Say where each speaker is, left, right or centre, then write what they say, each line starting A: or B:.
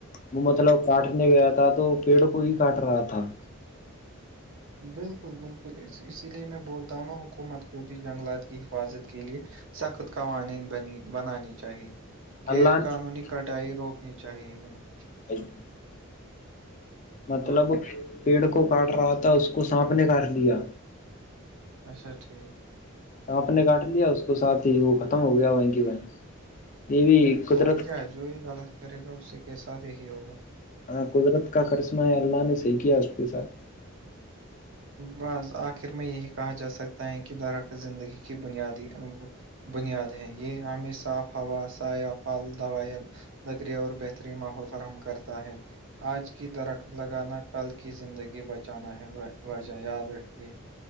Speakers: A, on the left; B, on the right.
A: وہ مطلب کاٹنے گیا تھا تو پیڑ کو ہی کاٹ رہا تھا
B: بالکل بالکل اس اسی لیے میں بولتا ہوں نا حکومت کو بھی جنگلات کی حفاظت کے لیے سخت قوانین بنی بنانی چاہیے غیر
A: اللہ نے
B: قانونی کٹائی روکنی چاہیے انہیں
A: <inaudible>
B: کو۔
A: مطلب
B: ہلو
A: پیڑ کو کاٹ رہا تھا اس کو سانپ نے کر لیا
B: اچھا ٹھیک
A: سانپ نے کاٹ لیا اس کو ساتھ ہی وہ ختم ہو گیا وہیں کی وہیں یہ بھی قدرت
B: اور کیا جو یہ غلط کرے گا اس سے کےساتھ ہی ہی ہوگا
A: ہاں قدرت کا کرسمہ ہے اللہ نے صحیح کیا اس کے ساتھ
B: ب آخر میں یہی کہا جا سکتا ہے کہ در کا زندگی کی بنیادی بنیاد ہیں یہ ہمیں صاف ہوا سایہ پھل دوائ نذکریہ اور بہترین ماحول فراہم کرتا ہے آج کی درخت لگانا کل کی زندگی بچانا ہے وجہ یاد رکھیے